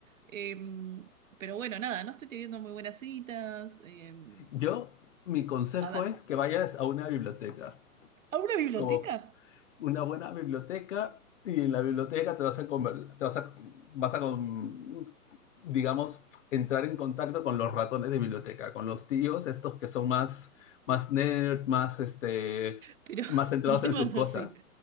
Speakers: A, on the right; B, on the left.
A: Em, pero bueno, nada, no estoy teniendo muy buenas citas. em,
B: Yo, mi consejo
A: a ver,
B: es que vayas a una biblioteca,
A: ¿a una biblioteca?
B: como una buena biblioteca y en la biblioteca te vas a, conver- te vas a, vas a con- digamos, entrar en contacto con los ratones de biblioteca, con los tíos, estos que son más, más nerd, más, este,
A: Pero <laughs>
B: más centrados
A: el tema
B: en sus
A: es
B: cosas.
A: así.